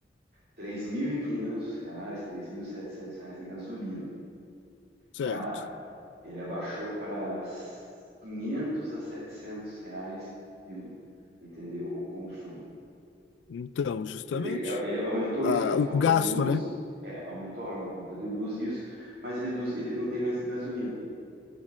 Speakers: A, on the right; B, on the left.
A: três mil e quinhentos reais, 3.700 reais de gasolina.
B: Certo.
A: Cara, ele abaixou para 500 a 700 reais de, entendeu, o consumo.
B: Então, justamente.
A: Ele, é, ele aumentou
B: Ah,
A: isso na conta
B: o gasto,
A: de luz,
B: né?
A: é, aumentou na conta de luz isso, mas reduz, ele não tem mais gasolina.